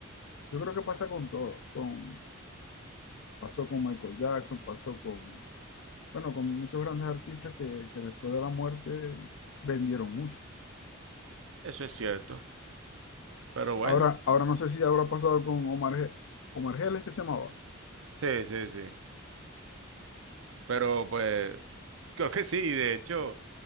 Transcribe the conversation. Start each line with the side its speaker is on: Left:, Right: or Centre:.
Left: yo creo que pasa con todo, con, pasó con Michael Jackson, pasó con, bueno, con muchos grandes artistas que, que después de la muerte vendieron mucho.
Right: Eso es cierto. Pero bueno,
Left: Ahora, ahora no sé si habrá pasado con Omar, Ge- Omar Geles, que se llamaba.
Right: sí, sí, sí. Pero pues, creo que sí, de hecho.